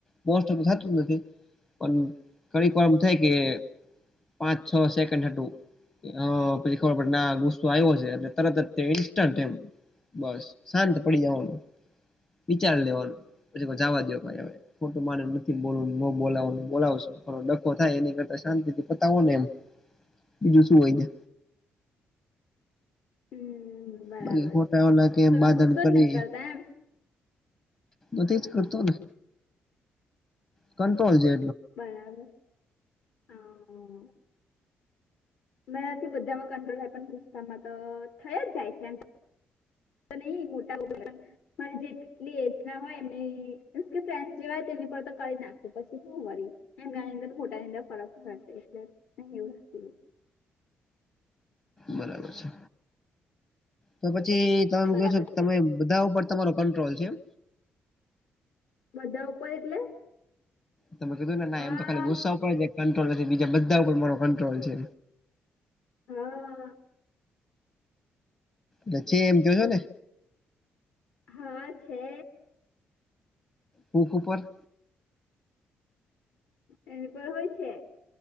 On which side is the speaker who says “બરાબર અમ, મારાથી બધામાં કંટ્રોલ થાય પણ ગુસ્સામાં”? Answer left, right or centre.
Left